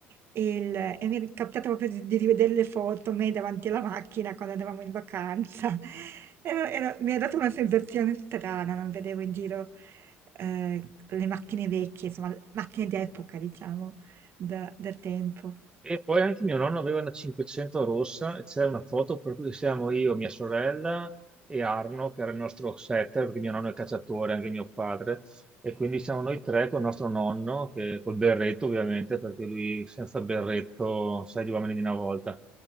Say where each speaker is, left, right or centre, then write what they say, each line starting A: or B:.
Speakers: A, on the right; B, on the right.
A: e, il- e mi è capitato proprio di, di rivedere le foto, me davanti alla macchina quando andavamo in vacanza, <laughs> Era- era- mi ha dato una sensazione strana, non vedevo in giro eh, le macchine vecchie, insomma, macchine d'epoca, diciamo, da, da tempo.
B: E poi anche mio nonno aveva una 500 rossa e c'è una foto per cui siamo io, mia sorella e Arno, che era il nostro setter, perché mio nonno è cacciatore, anche mio padre, e quindi siamo noi tre con il nostro nonno, che, col berretto ovviamente, perché lui senza berretto, sai, gli uomini di una volta.